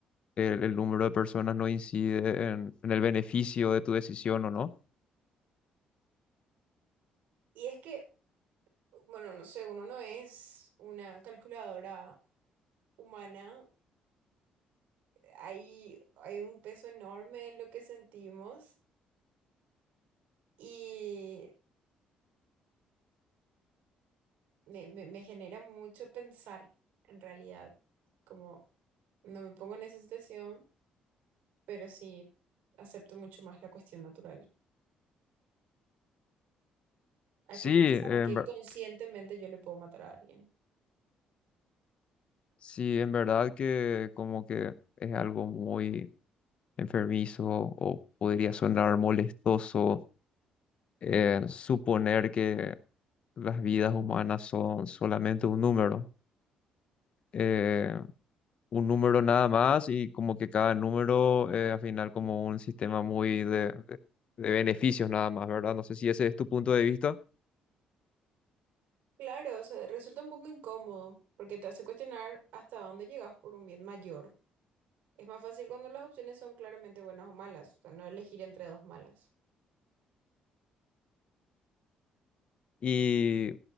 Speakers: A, on the left (about 40°); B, on the right (about 85°).
A: el, el número de personas no incide en, en el beneficio de tu decisión o no?
B: Y es que bueno, no sé, uno no es una calculadora humana. Hay, hay un peso enorme en lo que sentimos y me, me- me genera mucho pensar en realidad. Como no me pongo en esa situación, pero sí acepto mucho más la cuestión natural. Hay
A: Sí,
B: que pensar
A: en,
B: que
A: ver-
B: conscientemente yo le puedo matar a alguien.
A: sí, en verdad que como que es algo muy enfermizo o podría sonar molestoso eh, suponer que las vidas humanas son solamente un número. Eh, un número nada más y como que cada número eh, al final como un sistema muy de, de- de beneficios nada más, ¿verdad? No sé si ese es tu punto de vista.
B: Claro, o sea, resulta un poco incómodo porque te hace cuestionar hasta dónde llegas por un bien mayor. Es más fácil cuando las opciones son claramente buenas o malas, o sea, no elegir entre dos malas.
A: Y